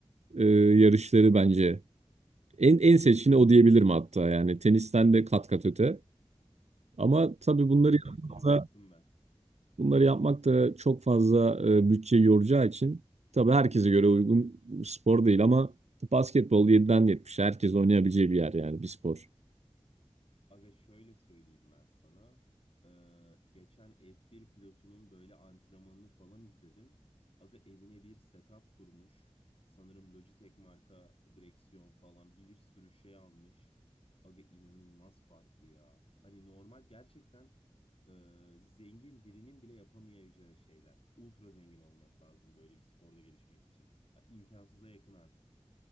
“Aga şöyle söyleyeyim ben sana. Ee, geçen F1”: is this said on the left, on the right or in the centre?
Left